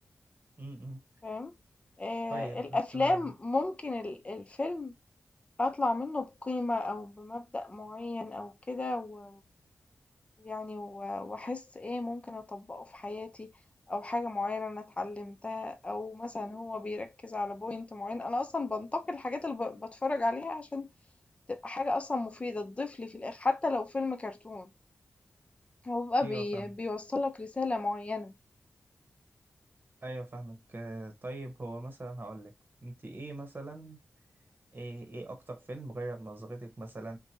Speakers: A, on the right (about 45°); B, on the left (about 25°).
A: امم
B: فاهم، آآ
A: طيب
B: الأفلام
A: مثلا
B: ممكن ال الفيلم أطلع منه بقيمة أو بمبدأ معيّن أو كده و ويعني و وأحس إيه ممكن أطبّقه في حياتي أو حاجة معيّنة أنا اتعلمتها أو مثلًا هو بيركّز على point معيّن، أنا أصلًا بانتقي الحاجات اللي ب باتفرّج عليها عشان تبقى حاجة أصلًا مفيدة تضيف لي في الآخر، حتى لو فيلم كرتون هو بيبقى
A: ايوه فاهم
B: بي بيوصّل لك رسالة معيّنة،
A: ايوه فاهمك آه، طيب هو مثلا هقول لك انت ايه مثلا ايه ايه اكتر فيلم غير نظرتك مثلا